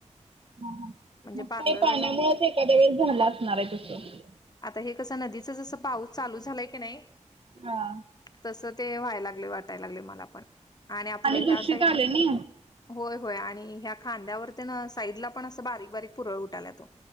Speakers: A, on the right (about 45°); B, on the left (about 30°).
A: ह,
B: म्हणजे
A: मग
B: पार्लरला
A: काय पाण्यामुळेच
B: जाऊन
A: एखाद्या वेळेस झाला असणार आहे तसं.
B: आता हे कसं, नदीचा जसं पाऊस चालू झालाय की नाही-
A: हा.
B: तसं, ते व्हायला लागले वाटायला लागले मला पण आणि आपलं
A: आली
B: ह्या
A: दुसरीत
B: साईड-
A: आले नी
B: होय, होय आणि ह्या खांद्यावरती न अस- साईडला पण असं बारीक-बारीक पुरळ उठाल्यात ओ,